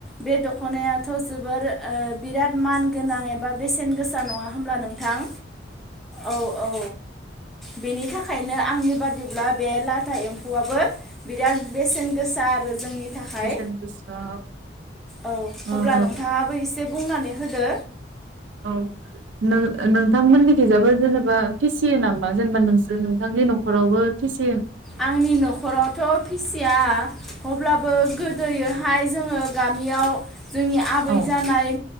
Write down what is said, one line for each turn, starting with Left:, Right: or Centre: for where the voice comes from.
Centre: बे दख'नायाथ' जोबोर ओ बिराद मान गोनां एबा बेसेन गोसा नङा होमब्ला नोंथां औ औ बेनि थाखायनो आंनि बादिब्ला बे लाथा एम्फौआबो बिराद बेसेन गोसा आरो जोंनि थाखाय
Right: बेसेन गोसा
Centre: औ
Right: औ
Centre: अब्ला नोंथाङाबो एसे बुंनानै होदो
Right: औ नोंथांमोननि गैजाबो जेनेबा फिसियो नामा जेनेबा नोंसोर नोंथांनि न'खरावबो फिसि
Centre: आंनि न'खरावथ' फिसिया अब्लाबो गोदोहाय जोङो गामियाव जोंनि आबै
Right: औ
Centre: जानाय